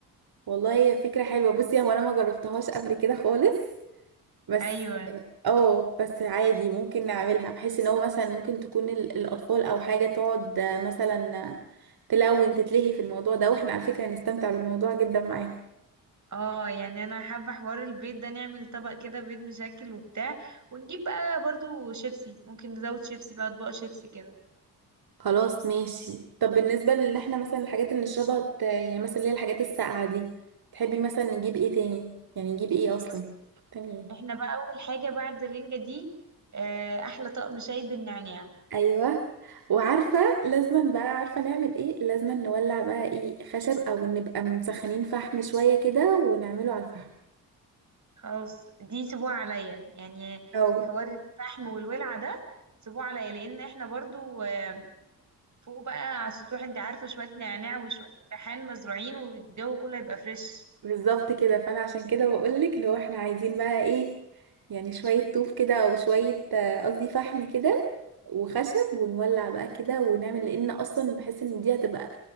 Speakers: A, on the right; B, on the right.
A: والله هي فكرة حلوة بصي هو انا ما جربتهاش قبل كده خالص بس
B: ايوه
A: اه بس عادي ممكن نعملها بحيث ان هو مثلا ممكن تكون ال- الاطفال او حاجه تقعد آه، مثلا آه، تلون تتلهي في الموضوع ده واحنا على فكره هنستمتع بالموضوع جدا معاهم
B: اه يعني انا حابة حوار البيض ده نعمل طبق كده بيض مشكل وبتاع ونجيب بقى برضو شيبسي ممكن نزود شيبسي بقى اطباق شيبسي كده
A: خلاص ماشي طب بالنسبه لان احنا مثلا الحاجات اللي نشربها ت- يعني مثلا اللي هي الحاجات الساقعه دي تحبي مثلا نجيب ايه تاني يعني نجيب ايه اصلا
B: بس
A: تاني ايه
B: احنا بقى اول حاجة بعد الرنجة دي آه، احلى طقم شاي بالنعناع
A: ايوه وعارفه لازما بقى عارفه نعمل ايه لازما نولع بقى ايه خشب او نبقى مسخنين فحم شويه كده ونعمله على الفحم
B: خلاص دي سيبوها عليا يعني
A: او
B: حوار الفحم والولعة ده سيبوه عليا لان احنا برضو آه، فوق بقى على السطوح انت عارفة شوية نعناع وشوية ريحان مزروعين والجو كله يبقى فريش
A: بالظبط كده فانا عشان كده بقولك لو احنا عايزين بقى ايه يعني شوية طوف كده او شوية آه، قصدي فحم كده وخشب ونولع بقى كده ونعمل لان اصلا بحس ان دي هتبقى